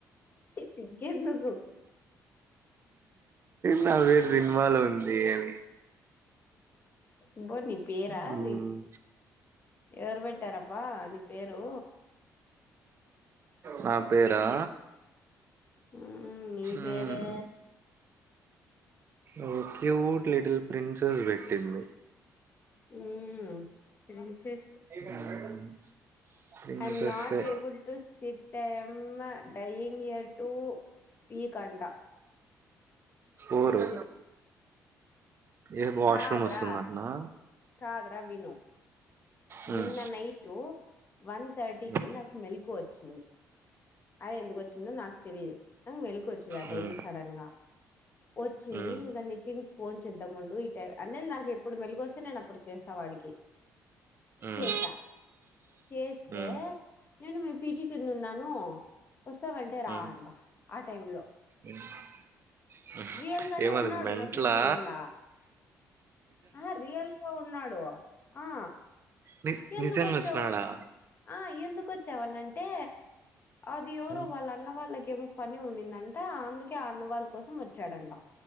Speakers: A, on the left; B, on the right.
A: సిగ్గేది నీకు
B: నా వేరు సినిమాలో ఉంది అని
A: అబ్బో నీ పేరా
B: మ్మ్మ్మ్
A: అది ఎవరు పెట్టారప్ప అని పేరు
B: నా పేరా
A: హ్మ్మ్ నీ పేరే
B: మ్మ్ ఓ క్యూట్ లిటిల్ ప్రిన్సెస్ పెట్టింది
A: హ్మ్మ్ ప్రిన్సెస్
B: మ్మ్ ప్రిన్సెస్సే
A: అన్న టేబుల్ టూ సిట్ అన్నా డైయినెట్టు స్పీక్ అంట
B: ఓరు
A: నితిన్
B: ఏ వాష్రూమ్
A: కాదురా
B: వస్తుందట్నా
A: కాదురా విను
B: మ్మ్
A: నిన్న నైటు వన్ థర్టీకి
B: మ్మ్
A: నాకు మెల్కు ఓచ్చింది అదే ఎందుకు ఓచ్చిందో నాకు తెలీదు ఆ మెలుకువ వచ్చింది ఆ టైమ్
B: మ్మ్
A: లో సడన్ గా వోచ్చింది
B: మ్మ్
A: ఇంగ నితిన్ ఫోన్ చేద్దాం ముండు ఈ టై అంటే నాకు ఎప్పుడు మెలుకువ వస్తే నేను అప్పుడు చేస్త వాడికి
B: మ్మ్
A: <inaudible> చేసా చేస్తే
B: మ్మ్
A: నేను మీ పీజీ కింద ఉన్నాను వస్తావంటే రా
B: ఉమ్
A: అంట ఆ టైమ్ లో
B: ఉమ్
A: రియల్ గానే
B: ఏమది
A: ఉన్నాడు
B: మెంట్లా
A: నా పీజీ కింద ఆ రియల్గా ఉన్నాడు ఆ
B: ని
A: ఎందు
B: నిజంగా
A: కొచ్చవ్
B: వచ్చినాడా
A: అం ఆ ఎందు కొచ్చావనంటే అది ఎవరో
B: మ్మ్
A: వాళ్ళ అన్న వాళ్ళకేమో పని ఉండిందంట అందుకే ఆ అన్నవాళ్ళ కోసం వొచ్చాడంట